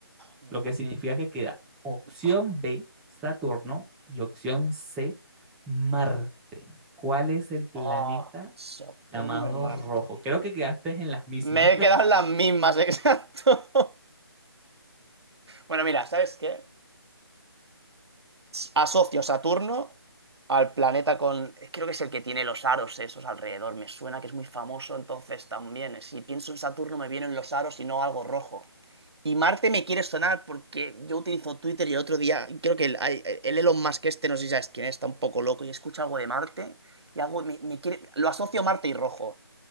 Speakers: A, on the right; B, in the centre.
A: No.
B: lo que significa que queda opción
A: Jo-
B: B, Saturno, y opción C, Marte. ¿Cuál es el planeta?
A: ah, Saturno
B: llamado
A: y Marte.
B: Rojo. Creo que quedaste en las mismas.
A: Me he quedado en las mismas, <laughs> exacto. Bueno, mira, ¿sabes qué? Asocio Saturno al planeta con... Creo que es el que tiene los aros esos alrededor. Me suena que es muy famoso, entonces también. eh, Si pienso en Saturno me vienen los aros y no algo rojo. Y Marte me quiere sonar porque yo utilizo Twitter y el otro día, creo que el, hay- el Elon Musk este, no sé si sabes quién es, está un poco loco y escucha algo de Marte y algo me, me quiere... Lo asocio a Marte y rojo.